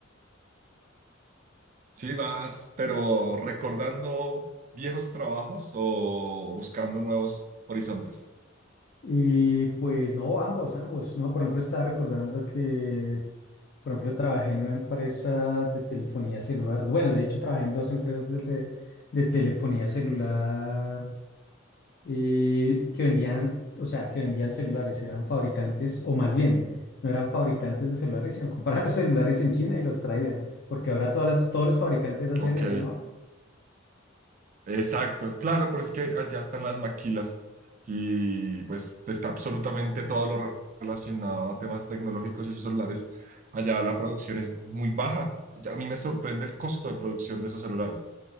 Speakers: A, on the right; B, on the left.
A: Sí, vas, pero recordando viejos trabajos o buscando nuevos horizontes.
B: Y pues no, ambos, ambos, ¿no? Por ejemplo, estaba recordando que, por ejemplo, trabajé en una empresa de telefonía celular. Bueno, de hecho, trabajé en dos empresas de, de- de telefonía celular eh, que vendían, o sea, que vendían celulares, eran fabricantes, o más bien, no eran fabricantes de celulares, sino <laughs> compraban los celulares en China y los traían, porque ahora todas las, todos los fabricantes hacen
A: Ok,
B: eso, ¿no?
A: exacto. Claro, pero es que allá están las maquilas y pues está absolutamente todo lo re- relacionado a temas tecnológicos y esos celulares. Allá la producción es muy baja. Ya A mí me sorprende el costo de producción de esos celulares.